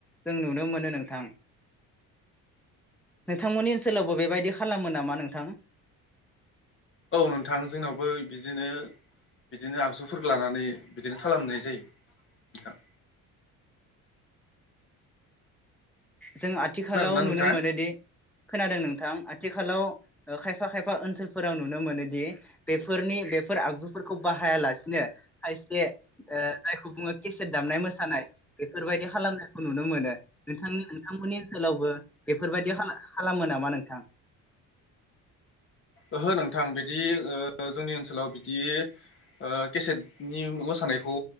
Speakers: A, in the centre; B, on the left.
A: जों नुनो मोनो नोंथां। नोंथांमोननि ओनसोलावबो बेबायदि खालामो नामा नोंथां?
B: औ नोंथां जोंनावबो बिदिनो बिदिनो आगजुफोर लानानै बिदिनो खालामनाय जायो नोंथां।
A: जों आथिखालाव
B: खोनादोंना
A: नुनो
B: नोंथाङा
A: मोनोदि खोनादों नोंथां आथिखालाव ओ खायफा खायफा ओनसोलफोराव नुनो मोनोदि बेफोरनि बेफोर आगजुफोरखौ बाहायालासिनो खायसे ओ जायखौ बुङो केसेट दामनाय मोसानाय बेफोरबायदि खालामनायखौ नुनो मोनो नोंथांनि नोंथांमोननि ओनसोलावबो बेफोरबायदि खा खालामो नामा नोंथां?
B: ओहो नोंथां बिदि ओ जोंनि ओनसोलाव बिदि ओ केसेटनि मोसानायखौ